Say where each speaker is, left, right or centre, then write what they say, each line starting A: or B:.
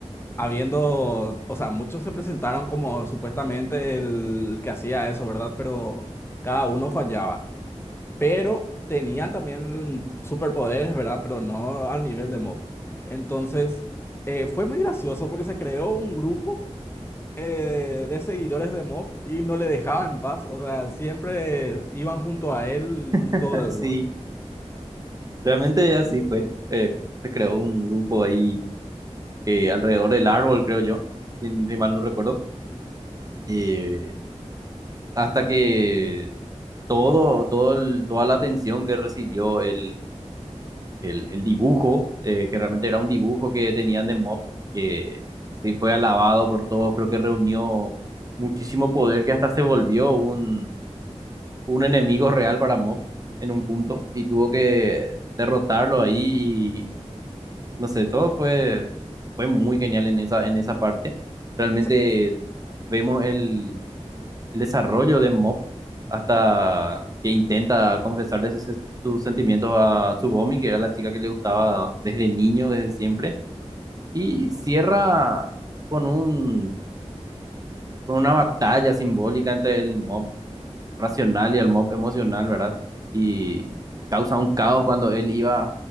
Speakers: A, on the left; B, on the right.
A: Habiendo, o sea, muchos se presentaron como supuestamente el que hacía eso, ¿verdad? Pero cada uno fallaba pero tenían también superpoderes, ¿verdad? Pero no al nivel de Mob. Entonces, eh, fue muy gracioso porque se creó un grupo eh, de seguidores de Mob y no le dejaban en paz, o sea, siempre iban junto a él y
B: <laughs>
A: todo eso.
B: Sí, Realmente así fue. eh, se creó un grupo ahí eh, alrededor del árbol, creo yo, si, si mal no recuerdo. eh, hasta que todo, todo el- toda la atención que recibió el, el, el dibujo, eh, que realmente era un dibujo que tenían de Mob, que sí fue alabado por todos, creo que reunió muchísimo poder que hasta se volvió un, un enemigo real para Mob en un punto y tuvo que derrotarlo ahí no sé, todo fue, fue muy genial en esa, en esa parte. Realmente
A: Ex-
B: vemos el, el desarrollo de Mop hasta que intenta confesarle sus, sus sentimientos a Tsubomi, que era la chica que le gustaba desde niño, desde siempre. Y cierra con un, con una batalla simbólica entre el Mob racional y el Mob emocional, ¿verdad? Y causa un caos cuando él iba